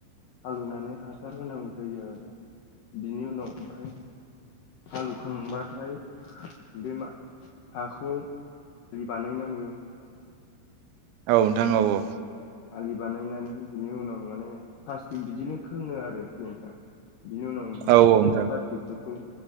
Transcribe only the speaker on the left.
हालवनानै हासार होनांगौ जायो आरो बिनि उनाव ओमफ्राय हालौवखांबाथाय बे हाखौ <unintelligible> बानायनांगौ
आलि बानायनानै बिनि उनाव माने प्लास्टिक बिदिनो खोङो आरो पिन्थां बिनि उनाव
मोननैसो
प्लास्टिकफोरखौ